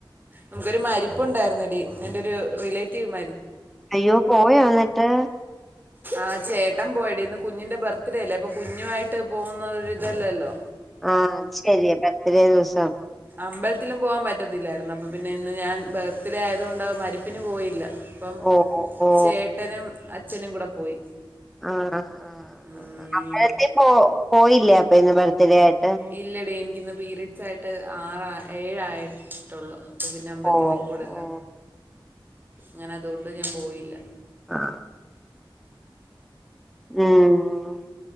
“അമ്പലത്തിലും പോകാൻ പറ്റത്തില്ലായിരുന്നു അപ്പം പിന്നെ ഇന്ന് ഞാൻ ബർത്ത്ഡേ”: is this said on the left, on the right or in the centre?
Right